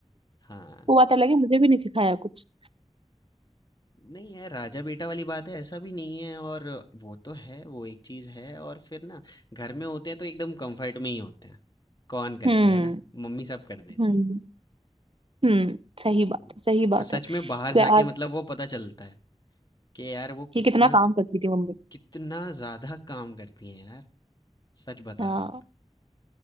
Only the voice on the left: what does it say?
हाँ।
नहीं यार राजा बेटा वाली बात है ऐसा भी नहीं है और वो तो है वो एक चीज है और फिर ना घर में होते हैं तो एकदम कंफर्ट में ही होते हैं कौन करेगा
है ना मम्मी सब कर देती
है।
हम्म,
और
सच
में बाहर
जाके
मतलब वो पता चलता है कि यार वो कितना
कितना ज्यादा काम करती हैं यार सच बता
रहा हूँ